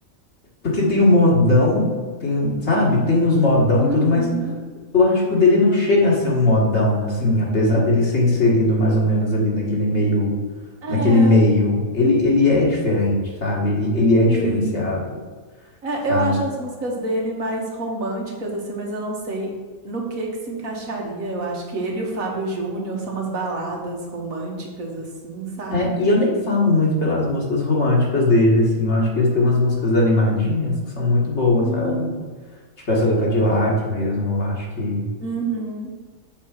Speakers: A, on the left; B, on the right.
A: Porque tem o modão, tem, um, sabe? Tem os modão
B: Uhum.
A: e tudo, mas eu acho que o dele não chega a ser um modão, assim, apesar dele ser inserido mais ou menos ali naquele meio.
B: É,
A: Naquele meio. Ele, ele é diferente, sabe? Ele, ele é diferenciado,
B: sim. É,
A: sabe?
B: eu acho as músicas dele mais românticas, assim, mas eu não sei no que que se encaixaria. Eu acho que ele e o Fábio Júnior são umas baladas românticas, assim, sabe?
A: É, e eu nem falo muito pelas músicas românticas dele, assim. Eu acho que eles têm umas músicas animadinhas que são muito boas,
B: Hum,
A: sabe? Tipo essa do Cadillac mesmo, eu acho que.
B: Uhum.